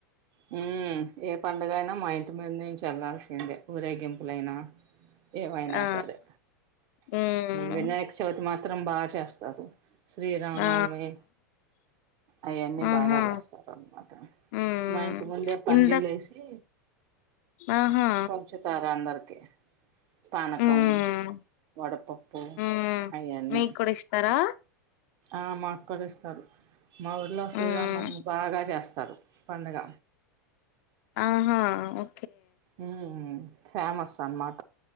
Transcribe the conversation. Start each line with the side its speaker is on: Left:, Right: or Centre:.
Right: హ్మ్ ఏ పండుగ అయినా మా ఇంటి మీద నుంచి వెళ్లాల్సిందే ఊరేగింపులైనా ఏమైనా
Left: ఆ
Right: సరే
Left: ఉమ్
Right: వినాయక చవితి మాత్రం బా చేస్తారు శ్రీరామనవమి
Left: ఆ
Right: అయన్నీ
Left: ఆహా
Right: బాగా చేస్తారన్నమాట
Left: ఉమ్
Right: మా ఇంటి ముందే పందిళ్లు
Left: ఇంత
Right: వేసి
Left: ఆహా
Right: పంచుతారు అందరు ఓకే పానకం
Left: ఉమ్
Right: వడపప్పు
Left: ఉమ్
Right: అయన్నీ
Left: మీకు కూడా ఇస్తారా
Right: ఆ మాక్కూడ ఇస్తారు మా ఊర్లో శ్రీరామనవమి
Left: ఉమ్
Right: బాగా చేస్తా రు పండగ
Left: ఆహా ఓ
Right: హ్మ్ ఫేమస్ అన్నమాట